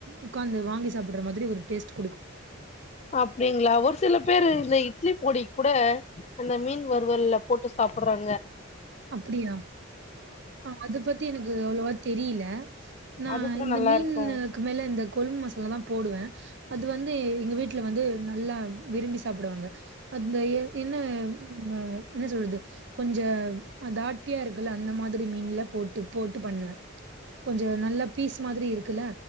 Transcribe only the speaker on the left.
அப்டிங்களா ஒரு சில பேரு இந்த இட்லி பொடிக் கூட அந்த மீன் வருவல்ல போட்டு சாப்படுறாங்க
அது கூட
நல்லா
இருக்கு